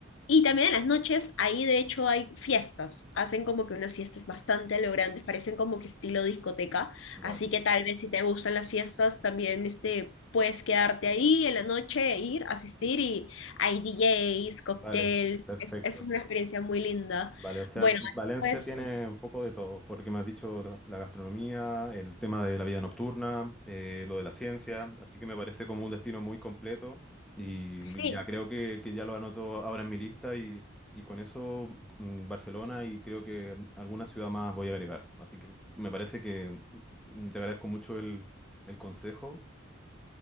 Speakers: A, on the left; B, in the centre.
A: y también en las noches, ahí de hecho hay fiestas, hacen como que unas fiestas bastante a lo grandes, parecen como que estilo discoteca,
B: vale,
A: así que tal vez si te gustan las fiestas, también este, puedes quedarte ahí en la noche, e ir, asistir y hay DJs, cóctel,
B: vale, perfecto.
A: es, es una experiencia muy linda.
B: Vale, o sea,
A: Bueno,
B: Valencia
A: después
B: tiene un poco de todo, porque me has dicho tra- la gastronomía, el tema de la vida nocturna, eh, lo de la ciencia, así que me parece como un destino muy completo y,
A: sí,
B: y ya creo que, que ya lo anoto ahora en mi lista y, y con eso mm, Barcelona y creo que mm, alguna ciudad más voy a agregar. Así que me parece que mm, te agradezco mucho el, el consejo